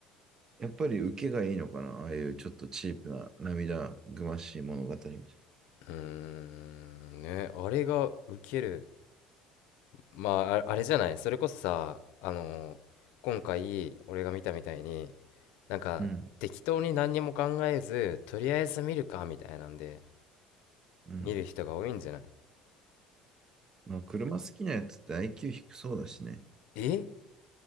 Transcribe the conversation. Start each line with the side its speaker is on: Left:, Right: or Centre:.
Right: やっぱり受けがいいのかな。ああいうちょっとチープな涙ぐましい物語みたい
Left: うーん、ね、あれがウケる。まあ、ああれじゃない。それこそさ、あの今回俺が見たみたいになんか適当に何にも考えずとりあえず見るかみたいなんで
Right: な。うん。うん。
Left: 見る人が多いんじゃない
Right: まあ、車好きなやつって IQ 低そうだしね。
Left: え